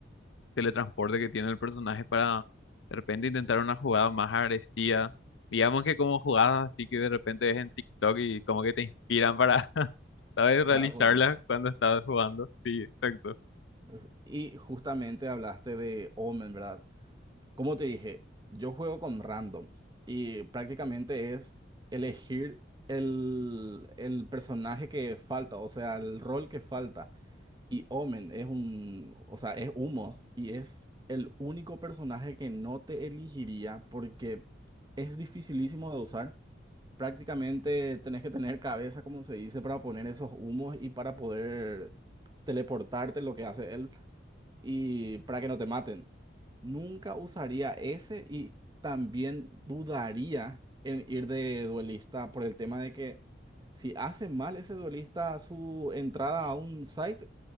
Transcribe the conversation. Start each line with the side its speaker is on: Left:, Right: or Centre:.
Left: teletransportes que tiene el personaje para de repente intentar una jugada más agresiva. Digamos que como jugadas así que de repente ves en TikTok y como que te inspiran para, <laughs> ¿sabes? Realizarlas
Right: Para, po-
Left: cuando estás jugando. Sí, exacto.
Right: es- y justamente hablaste de Omen, ¿verdad? Como te dije, yo juego con randoms y prácticamente es elegir el, el personaje que falta, o sea, el rol que falta. Y Omen es un, o sea, es Humos y es el único personaje que no te elegiría porque es dificilísimo de usar. Prácticamente tenés que tener cabeza, como se dice, para poner esos humos y para poder teleportarte, lo que hace él y para que no te maten. Nunca usaría ese y también dudaría en ir de duelista por el tema de que si hace mal ese duelista su entrada a un site